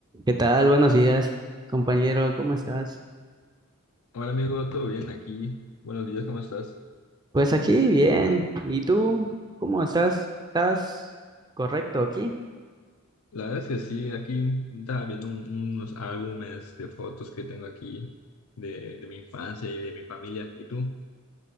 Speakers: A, on the right; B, on the left.
A: ¿Qué tal? Buenos días, compañero. ¿Cómo estás?
B: Hola amigo, ¿todo bien aquí? Buenos días, ¿cómo estás?
A: Pues aquí bien. ¿Y tú? ¿Cómo estás? ¿Estás correcto aquí?
B: La verdad es que sí, aquí estaba viendo un- unos álbumes de fotos que tengo aquí de, de mi infancia y de mi familia. ¿Y tú?